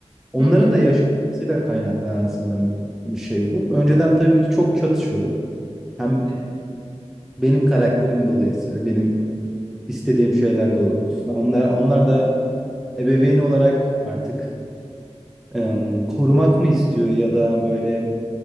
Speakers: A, in the centre; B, on the right.
A: Onların
B: Hı hı.
A: da yaşantısıyla kaynaklanan sanırım bir şey bu. Önceden tabii ki çok çatışıyorduk. Hem
B: Evet.
A: benim karakterim dolayısıyla benim istediğim şeyler de olurdu. Onlar onlar da ebeveyn olarak artık em, korumak mı istiyor ya da böyle